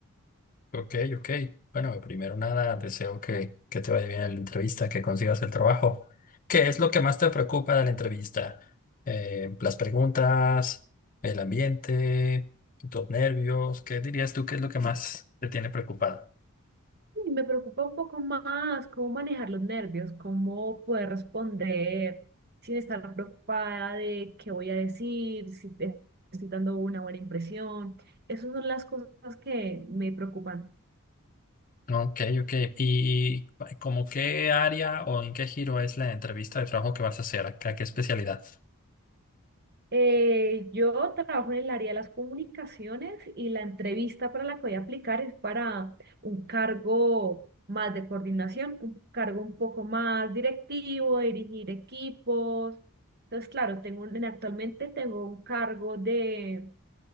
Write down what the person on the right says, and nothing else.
Y me preocupa un poco más cómo manejar los nervios, cómo poder responder sin estar preocupada de qué voy a decir, si te- estoy dando una buena impresión. Esas son las cosas que me preocupan.
Eh, yo trabajo en el área de las comunicaciones y la entrevista para la que voy a aplicar es para un cargo más de coordinación, un cargo un poco más directivo, dirigir equipos. Entonces, claro, tengo un- actualmente tengo un cargo de,